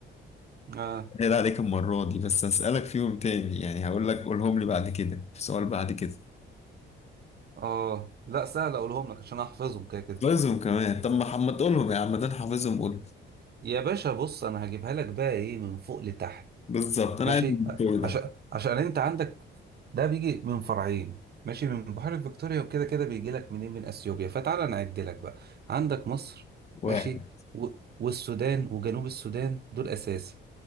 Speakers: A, on the right; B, on the left.
A: اه
B: هي عليك المره دي بس هسالك فيهم تاني يعني هقول لك قولهم لي بعد كده في سؤال بعد كده
A: اه لا سهل اقولهم لك عشان احفظهم كده كده
B: حافظهم كمان طب ما ما تقولهم يا عم ده انا حافظهم قول
A: يا باشا بص انا هجيبها لك بقى ايه من فوق لتحت
B: بالظبط انا
A: ماشي
B: عايز الدور ده
A: عشان عشان انت عندك ده بيجي من فرعين ماشي من بحيرة فيكتوريا وكده كده بيجي لك منين من اثيوبيا فتعالى نعد لك بقى عندك مصر
B: واحد
A: ماشي و... والسودان وجنوب السودان دول اساسي